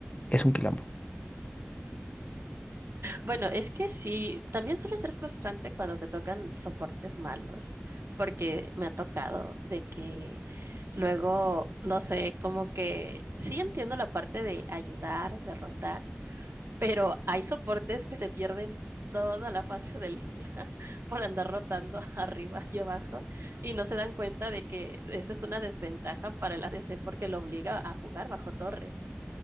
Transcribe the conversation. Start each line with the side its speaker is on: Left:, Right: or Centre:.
Left: es un quilombo.
Right: Bueno, es que sí, también suele ser frustrante cuando te tocan soportes malos, porque me ha tocado de que luego, no sé, como que sí entiendo la parte de ayudar, derrotar, pero hay soportes que se pierden toda la fase de línea <laughs> por andar rotando <laughs> arriba y abajo y no se dan cuenta de que esa es una desventaja para el ADC porque lo obliga a jugar bajo torre.